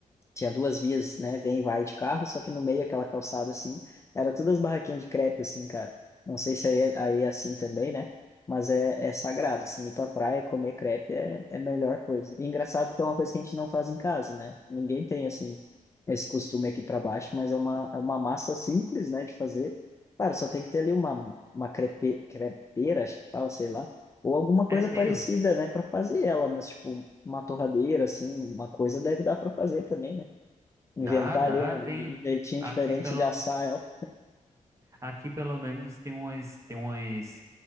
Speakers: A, on the left (about 20°); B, on the right (about 20°).
A: tinha duas vias, né? Vem e vai de carro, só que no meio aquela calçada assim, era todas barraquinhas de crepe assim, cara. Não sei se aí, é- aí é assim também, né? Mas é, é sagrado, assim, ir pra praia comer crepe é, é a melhor coisa. E engraçado porque é uma coisa que a gente não faz em casa, né? Ninguém tem, assim, esse costume aqui para baixo, mas é uma, é uma massa simples, né, de fazer. Claro, só tem que ter ali uma, uma crepe, crepeira, acho que fala, sei lá, ou alguma coisa
B: É, tem.
A: parecida, né, para fazer ela, mas tipo, uma torradeira, assim, uma coisa deve dar para fazer também, né? Inventar
B: Dá, dá,
A: ali um
B: tem
A: jeitinho
B: aqui
A: diferente
B: pelo
A: de assar ela.
B: aqui pelo menos tem umas tem umas